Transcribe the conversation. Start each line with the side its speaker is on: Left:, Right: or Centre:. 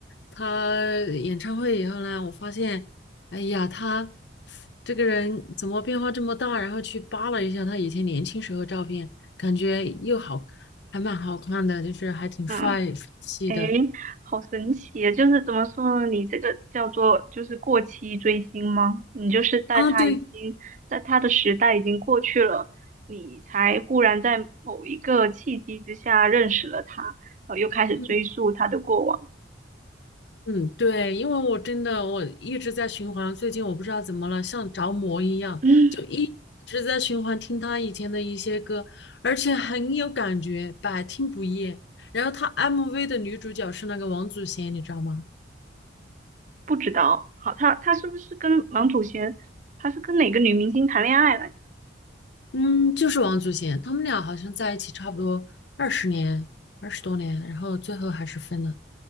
Left: 他演唱会以后呢，我发现，哎呀，他这个人怎么变化这么大？然后去扒了一下他以前年轻时候照片，感觉又好，还蛮好看的，就是还挺帅气的。
Right: 嗯。诶，好神奇啊！就是怎么说呢？你这个叫做就是过期追星吗？你就是在他已经在他的时代已经过去了，
Left: 啊，对，
Right: 你才忽然在某一个契机之下认识了他，然后又开始追溯他的过往。
Left: 嗯。嗯，对，因为我真的我一直在循环，最近我不知道怎么了，像着魔一样，
Right: 嗯，
Left: 就一直在循环听他以前的一些歌，而且很有感觉，百听不厌。然后他 MV 的女主角是那个王祖贤，你知道吗？
Right: 不知道，好，他他是不是跟王祖贤，他是跟哪个女明星谈恋爱来着？
Left: 嗯，就是王祖贤，他们俩好像在一起差不多二十年，二十多年，然后最后还是分了，